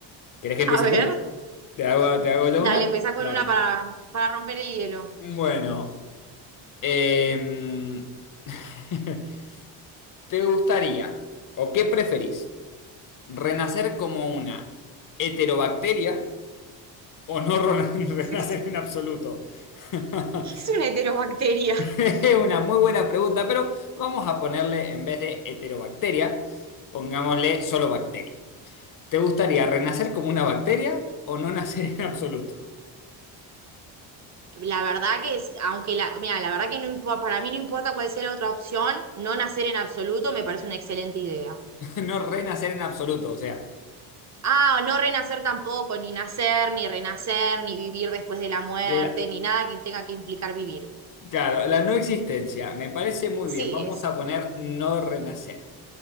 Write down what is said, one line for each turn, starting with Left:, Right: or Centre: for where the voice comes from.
Left: ¿Querés que empiece
Right: A ver,
Left: yo? ¿Te hago, te hago yo
Right: dale,
Left: una?
Right: empezá con
Left: Dale.
Right: una para, para romper el hielo.
Left: Bueno. Em, <laughs> ¿te gustaría o qué preferís? ¿Renacer como una heterobacteria o no ro- <laughs> renacer
Right: Sí, sí.
Left: en absoluto? <laughs>
Right: ¿Qué es una heterobacteria?
Left: Es una muy buena pregunta, pero vamos a ponerle en vez de heterobacteria, pongámosle solo bacteria. ¿Te gustaría renacer como una bacteria o no nacer en absoluto?
Right: La verdad que es, aunque la, mira, la verdad que no importa, para mí no importa cuál sea la otra opción, no nacer en absoluto me parece una excelente idea.
Left: <laughs> No renacer en absoluto, o sea,
Right: Ah, no renacer tampoco, ni nacer, ni renacer, ni vivir después de la muerte,
Left: la-
Right: ni nada que tenga que implicar vivir.
Left: claro, la no existencia. Me parece muy
Right: Sí,
Left: bien. Vamos
Right: ese.
Left: a poner no renacer.